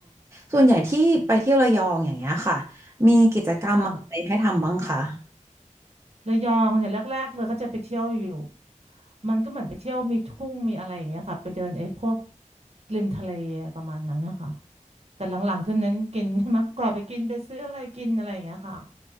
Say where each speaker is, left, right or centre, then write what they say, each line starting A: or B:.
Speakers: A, on the right; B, on the right.
A: ส่วนใหญ่ที่ไปเที่ยวระยองอย่างเงี้ยค่ะมีกิจกรรมอะไรให้ทำบ้างคะ
B: ค่ะระยองเนี่ยแรกๆเลยก็จะไปเที่ยวอยู่มันก็เหมือนไปเที่ยวมีทุ่งมีอะไรอย่างเงี้ยค่ะไปเดินไอ้พวกริมทะเลประมาณนั้นนะคะแต่หลังๆขึ้นนั้นกิน <laughs> มากกว่าไปกินไปซื้ออะไรกินอะไรอย่างเงี้ยค่ะ